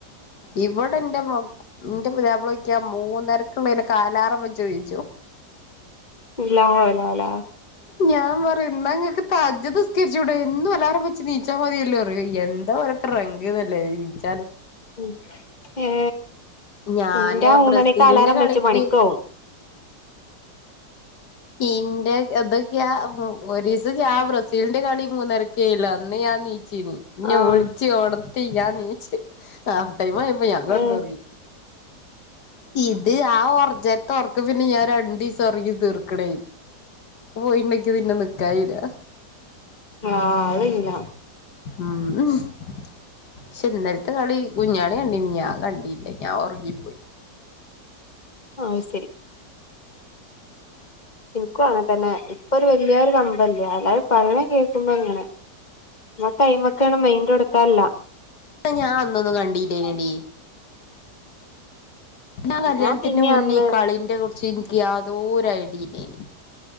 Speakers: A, on the left; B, on the left.
A: ഇവിടെ എന്റെ നിന്റെ പുതിയാപ്ല വിക്ക മൂന്നരക്ക് ഇനെ അലാറം വെച്ച് എണീച്ചും
B: ശബ്ദം ക്ലിയർ അല്ല
A: ഞാൻ പറയും എന്നാങ്ങൾക്ക് തഹജുദ് നിസ്കരിച്ചൂടെ എന്നും അലാറം വെച്ച് എണീച്ച മതിയല്ലാം പറയ് എന്താ രംഗന്നല്ലേ എണീച്ച
B: ഉ ഏ
A: ഞാന്
B: എന്റെ മൂന്നണിക്ക്
A: ബ്രസീലിന്റെ
B: അലാറം
A: കളിക്ക്
B: വെച്ച് പണിക്കോവും
A: ഇന്റെ ഇതൊക്കെയാ ഒരു ദിവസം ഞാൻ ബ്രസീലിന്റെ കളി മൂന്നരക്കേല്ല അന്ന് ഞാൻ എണീച്ചിനു ഇന്ന
B: ആഹ്
A: വിളിച്ച് ഒണത്തി ഞാൻ എണീറ്റ് ഹാഫ് ടൈം ആയപ്പം ഞാൻ കെടന്നൊറങ്ങി
B: ഏഹ്
A: ഇത് ആ- ഉറക്കം പിന്നെ ഞാൻ രണ്ടു ദിവസം ഉറങ്ങി തീർക്കണേ പോയിണ്ടെക്ക്പിന്നെ നിക്കായില്ല
B: ആ അതില്ല
A: ഉം പക്ഷെ നേരത്തെ കളി കുഞ്ഞാളി കണ്ടീ ഞാൻ കണ്ടില്ലേ ഞാൻ ഉറങ്ങിപ്പോയി
B: ആഹ് അത് ശരി എനിക്കും അങ്ങനെ തന്നെ ഇപ്പൊ ഒരു വല്യയൊരു കമ്പംല്ല എല്ലാരും പറയണ കേൾക്കുമ്പോ ഇങ്ങനെ <unintelligible>
A: ഇഹ് ഞാൻ അന്നൊന് കണ്ടില്ലലോടി ആ കല്യാണത്തിന്റെ
B: ഞാൻ പിന്നെ
A: മുന്നേ
B: അന്ന്
A: ഈ കളിന്റെ കുറിച്ച് എനിക്ക് യാതൊരു ഐഡിയയില്ല